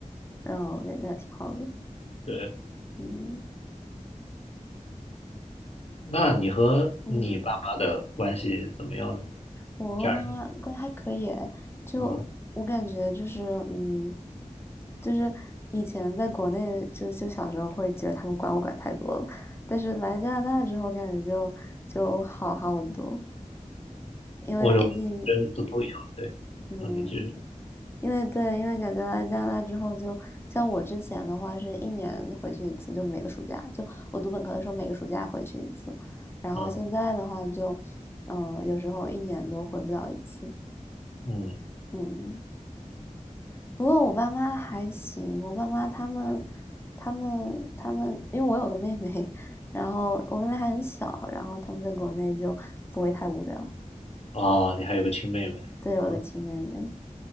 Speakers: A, on the left (about 20°); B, on the left (about 50°).
A: 然后感觉还挺好的，
B: 对，
A: 嗯
B: 那你和你爸妈的关系怎么样呢？
A: 嗯。我和妈妈关系还可以诶就我感觉就是，
B: 家人，嗯，
A: 嗯，就是以前在国内就就小时候会觉得他们管我管太多了，但是来加拿大之后感觉就就好好很多，因为毕竟，
B: 我就觉得都都一样，对，
A: 嗯，
B: 那你继续，
A: 因为对，因为感觉来加拿大之后就，像我之前的话是一年回去一次，就每个暑假，就我读本科的时候每个暑假回去一次，然后现在的话就，
B: 嗯
A: 嗯、有时候一年都回不了一次，
B: 嗯，
A: 嗯。不过我爸妈还行，我爸妈他们，他们，他们，因为我有个妹妹，然后我妹妹还很小，然后他们在国内就不会太无聊。
B: 哦，你还有个亲妹妹，
A: 对，
B: 啊
A: 我有个亲妹妹，